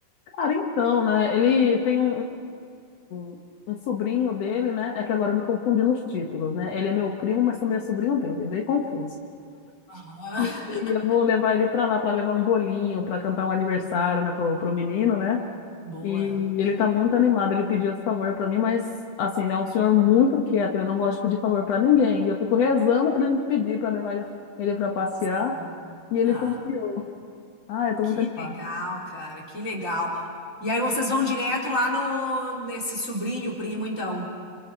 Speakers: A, on the left; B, on the left.
A: Cara, então, né, ele tem um, um, um, um sobrinho dele, né, é que agora eu me confundi nos títulos, né, ele é meu primo, mas também é sobrinho dele, é bem confuso.
B: Ah,
A: E
B: <laughs>
A: eu vou levar ele pra lá pra levar um bolinho, pra cantar um aniversário, né, pro, pro menino, né?
B: boa.
A: E ele tá muito animado. Ele pediu esse favor pra mim, mas assim, ele é um senhor muito quieto, ele não gosta de pedir favor pra ninguém. E eu fico rezando pra ele me pedir pra levar ele ele pra passear,
B: Sim.
A: e ele
B: Ah,
A: confiou. Ah, eu tô
B: que
A: muito animada.
B: legal, cara. Que legal. E aí vocês vão direto lá no nesse sobrinho primo, então.